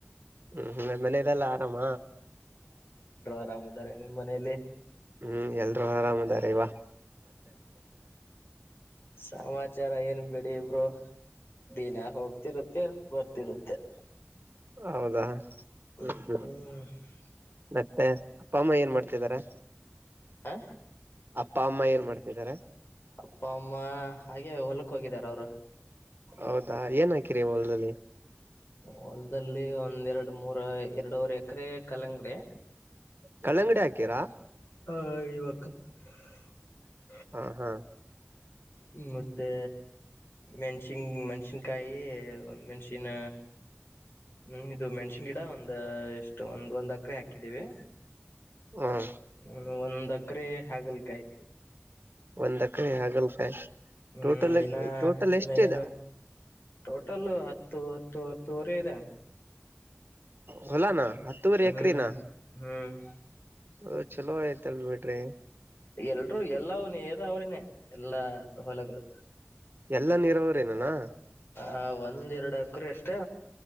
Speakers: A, on the right (about 55°); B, on the left (about 60°).
A: ಹ್ಮ್ ಹ್ಮ ಮನೆಯವರೆಲ್ಲಾ ಆರಾಮ
B: ಆರಾಮ್ ಇದಾರೆ ನಿಮ್ಮ ಮನೆಯಲ್ಲಿ
A: ಹ್ಮ್ ಎಲ್ರೂ ಆರಾಮ್ ಇದ್ದಾರೆ ಇವಾ
B: ಸಮಾಚಾರ ಏನು ಬಿಡಿ ಬ್ರೋ ದಿನ ಹೋಗ್ತಿರುತ್ತೆ ಬರ್ತಿರುತ್ತೆ
A: ಹೌದಾ
B: ಹ್ಮ
A: ಹ್ಮ್ ಹ್ಮ್ ಮತ್ತೆ ಅಪ್ಪ ಅಮ್ಮ ಏನ್ ಮಾಡ್ತಿದ್ದಾರೆ
B: ಹ
A: ಅಪ್ಪ ಅಮ್ಮ ಏನ್ ಮಾಡ್ತಿದ್ದಾರೆ
B: ಅಪ್ಪ ಅಮ್ಮ ಹಾಗೆ ಹೊಲಕ್ ಹೋಗಿದಾರ ಅವರು
A: ಹೌದಾ ಏನ್ ಹಾಕಿರಿ ಹೊಲದಲ್ಲಿ
B: ಹೊಲ್ದಲ್ಲಿ ಒಂದ್ ಎರಡು ಮೂರ ಎರಡುವರೆ ಎಕರೆ ಕಲಂಗಡಿ
A: ಕಲ್ಲಂಗಡಿ ಹಾಕೀರಾ
B: <unintelligible>
A: ಹಾ ಹಾ
B: ಮತ್ತೆ ಮೆಣಸಿನ್ ಮೆಣಸಿನಕಾಯಿ ಮೆಣಸಿನ ಹ್ಮ್ ಇದು ಮೆಣಸಿನ್ ಗಿಡ ಒಂದ ಎಷ್ಟು ಒಂದ್ ಒಂದ್ ಏಕರೆ ಹಾಕಿದೀವಿ
A: ಹ್ಮ
B: ಹ್ಮ ಒಂದ್ ಏಕರೆ ಹಾಗಲ್ಕಾಯಿ
A: ಒಂದ್ ಎಕರೆ ಹಾಗಲ್ಕಾಯಿ
B: ಹ್ಮ್
A: ಟೋಟಲ್
B: ಇನ್ನ
A: ಟೋಟಲ್ ಎಷ್ಟಿದೆ
B: ಇನ್ನ ಏನು ಟೋಟಲ್ ಹತ್ತು ಹತ್ತು ಹತ್ತುವರೆ ಇದೆ
A: ಹೊಲಾನ ಹತ್ತುವರಿ ಎಕ್ರಿನ
B: ಹ್ಮ್ ಹ್ಮ್
A: ಹ್ ಚಲೋ ಆಯ್ತಲ್ ಬಿಡ್ರಿ
B: ಎಲ್ರೂ ಎಲ್ಲ ನೀರಾವರಿ ಎಲ್ಲಾ ಹೊಲಗಳು
A: ಎಲ್ಲ ನೀರಾವರಿನೆನಾ
B: ಆ ಒಂದ್ ಎರಡು ಎಕರೆ ಅಷ್ಟೇ